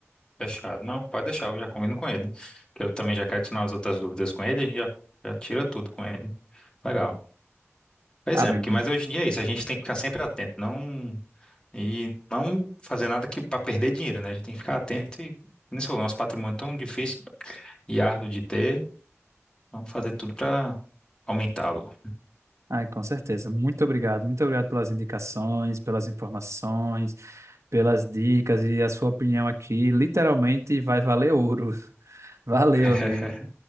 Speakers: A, on the left; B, on the right.
A: Fechado. Não, pode deixar, eu já combino com ele. Que eu também já quero tirar as outras dúvidas com ele, a gente já, já tira tudo com ele. Legal. Pois
B: Ah,
A: é,
B: meu
A: Miki, mas hoje em dia é isso, a gente tem que ficar sempre atento, não. E não fazer nada que para perder dinheiro, né? A gente tem que ficar atento e, como você falou, nosso patrimônio é tão difícil e árduo de ter, vamos fazer tudo para aumentá-lo,
B: Ai, com certeza. Muito obrigado. Muito obrigado pelas indicações, pelas informações, pelas dicas e a sua opinião aqui. Literalmente vai valer ouro. <laughs> Valeu,
A: <laughs>
B: amigo.